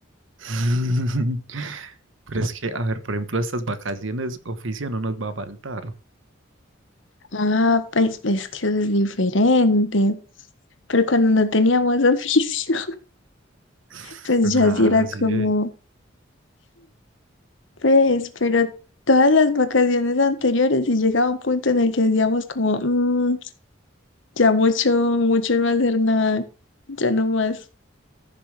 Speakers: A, on the right (about 75°); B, on the left (about 70°).
A: <laughs> Pero es que, a ver, por ejemplo, estas vacaciones, oficio no nos va a faltar.
B: Ah, pues es que es diferente. Pero cuando no teníamos oficio,
A: <laughs>
B: <laughs> pues ya
A: Ah,
B: sí era como,
A: sí, eh.
B: pues, pero todas las vacaciones anteriores y llegaba un punto en el que decíamos como, "Mm, ya mucho, mucho no hacer nada, ya no más.